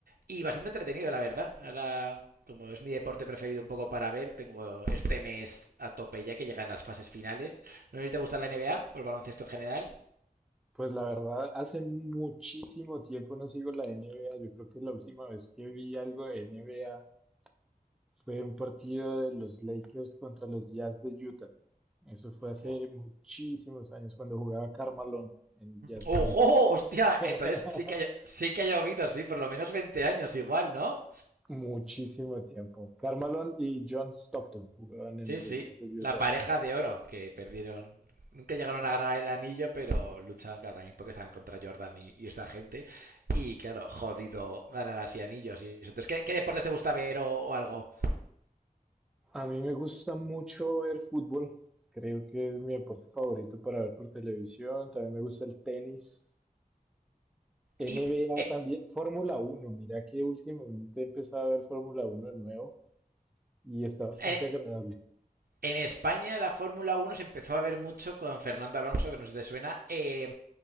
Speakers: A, on the right; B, in the centre.
A: y bastante entretenido, la verdad. Ahora, como es mi deporte preferido un poco para ver, tengo este mes a tope ya que llegan las fases finales. No sé si te gusta la NBA o el baloncesto en general.
B: Pues la verdad, hace muchísimo tiempo no sigo la NBA. Yo creo que la última vez que vi algo de NBA fue un partido de los Lakers contra los Jazz de Utah. Eso fue hace
A: Jo-
B: muchísimos años cuando jugaba Carmelo en Jazz
A: ¡Ojo!
B: de Utah.
A: ¡Hostia!
B: <laughs>
A: Entonces sí que ha, sí que ha llovido, sí, por lo menos 20 años igual, ¿no?
B: Muchísimo tiempo. Carmelo y John Stockton jugaban
A: Sí,
B: en
A: sí.
B: los Jazz de Utah.
A: La pareja de oro que perdieron. Nunca llegaron a ganar el anillo, pero luchaban cada también porque estaban contra Jordan y, y esta gente. Y claro, jodido ganar así anillos. Y eso. Entonces, ¿qué, qué deportes te gusta ver o, o algo?
B: A mí me gusta mucho ver fútbol. Creo que es mi deporte favorito para ver por televisión. También me gusta el tenis. NBA
A: Y eh,
B: también. Fórmula Uno. Mira que últimamente he empezado a ver Fórmula Uno de nuevo y está bastante
A: eh,
B: agradable.
A: En España la Fórmula Uno se empezó a ver mucho con Fernando Alonso, que no sé si te suena. Eh,